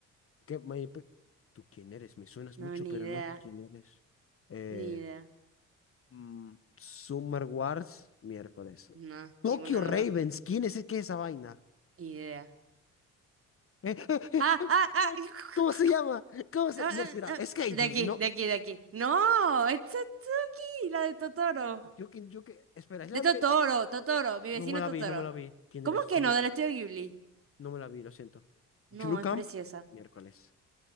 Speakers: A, on the left (about 45°); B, on the right (about 45°).
A: ¿Qué, me- pe- ¿Tú quién eres? Me suenas
B: No,
A: mucho,
B: ni
A: pero
B: idea,
A: no quién eres. Eh,
B: ni idea.
A: mm, Summer Wars, miércoles.
B: No,
A: Tokyo
B: ninguno de
A: Ravens.
B: los dos.
A: ¿Quién es, qué es esa vaina?
B: Ni idea.
A: Eh, eh, eh,
B: Ah,
A: eh,
B: ah, ah.
A: eh,
B: <laughs>
A: ¿Cómo se llama? ¿Cómo se...?
B: Ah,
A: No, espera.
B: ah, ah.
A: Es Katie.
B: De aquí,
A: No.
B: de aquí, de aquí. No, es Tsutsuki, la de Totoro.
A: Yo que, yo que... Espera, es la
B: De Totoro,
A: de...
B: Totoro, mi vecino
A: No me la
B: Totoro.
A: vi, no me la vi. ¿Quién
B: ¿Cómo
A: eres
B: que
A: tú?
B: no? Del estudio Ghibli.
A: No me la vi, lo siento.
B: No, es
A: Camp,
B: preciosa.
A: miércoles.